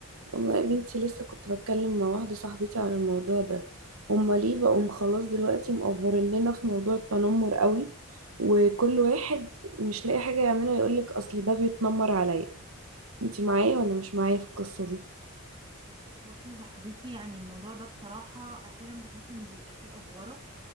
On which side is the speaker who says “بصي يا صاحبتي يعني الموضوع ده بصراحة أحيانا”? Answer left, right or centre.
Right